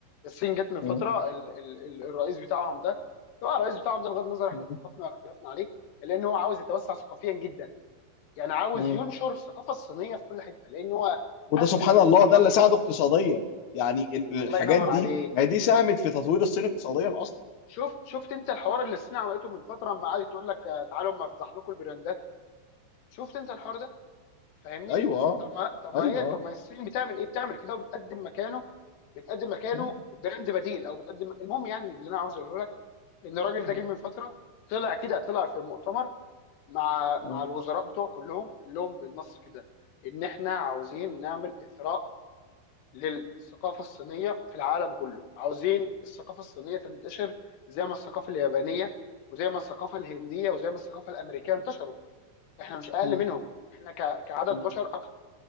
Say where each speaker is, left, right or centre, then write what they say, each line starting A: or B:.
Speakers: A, on the left (about 65°); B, on the left (about 85°).
A: الصين جت من فتره
B: مم.
A: ال ال ال الرئيس بتاعهم ده طبعا الرئيس بتاعهم ده بغض النظر احنا
B: مم.
A: اتفقنا واختلفنا عليه لان هو عاوز يتوسع ثقافيا جدا يعني عاوز
B: مم.
A: ينشر الثقافه الصينيه في كل حته لان هو
B: وده
A: حس
B: سبحان
A: ان
B: الله
A: الفتره
B: ده اللي ساعده اقتصاديا يعني ال-
A: الله
B: الحاجات
A: ينور
B: دي
A: عليك
B: ما هي دي ساهمت في تطوير الصين اقتصاديا اصلا
A: شفت شفت انت الحوار اللي الصين عملته من فتره لما قعدت تقول لك آه، تعالوا اما افضح لكم البراندات شفت انت الحوار ده فاهمني
B: ايوه آه،
A: طب ما طب ما
B: ايوه
A: هي طب
B: آه.
A: ما الصين بتعمل ايه بتعمل كده وبتقدم مكانه بتقدم مكانه
B: م-
A: براند بديل او بتقدم المهم يعني اللي انا عاوز اقوله لك ان الراجل
B: م-
A: ده جه من فتره طلع كده طلع في مؤتمر مع مع
B: م-
A: الوزراء بتوعه كلهم قال لهم بالنص كده ان احنا عاوزين نعمل اثراء للثقافه الصينيه في العالم كله عاوزين الثقافه الصينيه تنتشر زي ما الثقافه اليابانيه وزي ما الثقافه الهنديه وزي ما الثقافه الامريكيه انتشروا احنا مش اقل
B: م-
A: منهم احنا ك- كعدد
B: م-
A: بشر اكتر